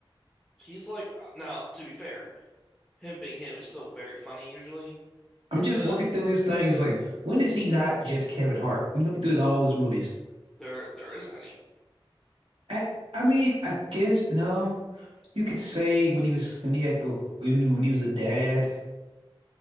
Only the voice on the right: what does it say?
I'm just
looking through his thing. It's like, when is he not just Kevin Hart? I'm looking through all his movies.
I, I mean, I guess no. You could say when he was when he had the when, when he was a dad.